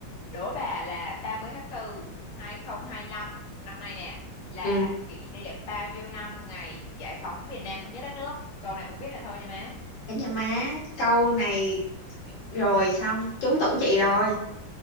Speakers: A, on the left (about 60°); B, on the left (about 75°).
A: đố bà là 30 tháng 4 2025 năm nay nè là
B: ừ
A: kỷ niệm bao nhiêu năm ngày giải phóng miền Nam thống nhất đất nước câu này không biết là thôi nha má
B: để cho má câu này rồi xong trúng tủ chị rồi